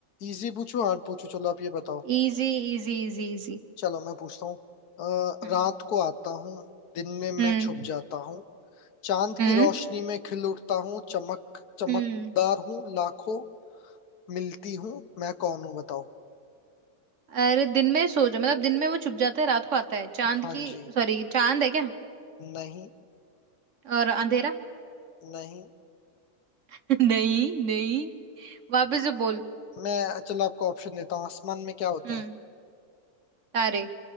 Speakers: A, on the left (about 80°); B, on the right (about 55°).
A: इजी पूछूं हार्ड पूछूं चलो आप ये बताओ
B: इजी Easy easy easy
A: चलो मैं पूछता हूँ अ,
B: हम्म
A: रात को आता हूँ दिन में
B: हम्म
A: मैं छुप जाता हूँ चांद की
B: हम्म
A: रोशनी में खिल उठता हूँ चमक चमकदार
B: हम्म
A: हूँ लाखों मिलती हूँ मैं कौन हूँ बताओ
B: अरे दिन में सो जा मतलब दिन में वो छुप जाता है रात को आता है चांद
A: हाँ
B: की
A: जी
B: सॉरी चांद है क्या
A: नहीं
B: और अंधेरा
A: नहीं
B: <laughs> नहीं नहीं वापस से बोल
A: मैं चलो आपको ऑप्शन देता हूँ आसमान में क्या होते
B: हम्म
A: हैं
B: तारे